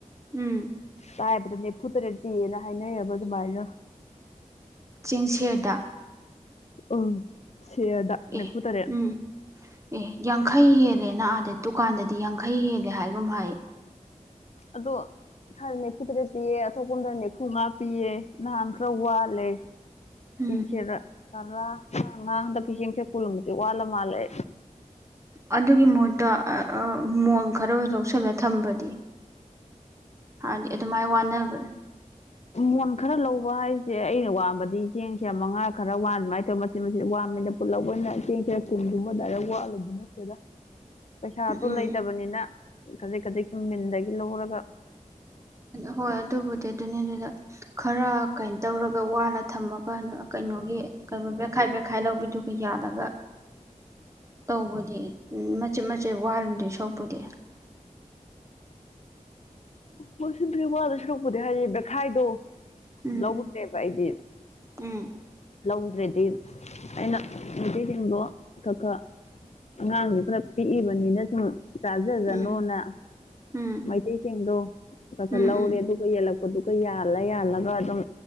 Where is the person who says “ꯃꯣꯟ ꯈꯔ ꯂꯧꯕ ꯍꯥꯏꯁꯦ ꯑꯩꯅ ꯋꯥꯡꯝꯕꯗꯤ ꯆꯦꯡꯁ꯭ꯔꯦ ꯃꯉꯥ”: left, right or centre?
Left